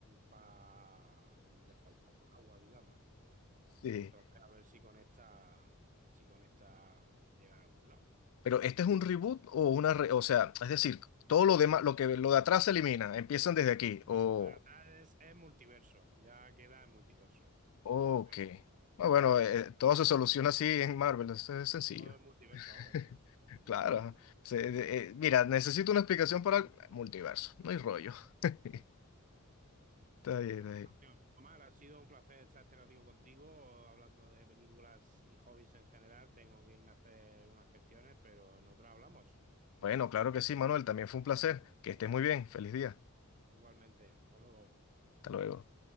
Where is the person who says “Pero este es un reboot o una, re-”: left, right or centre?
Left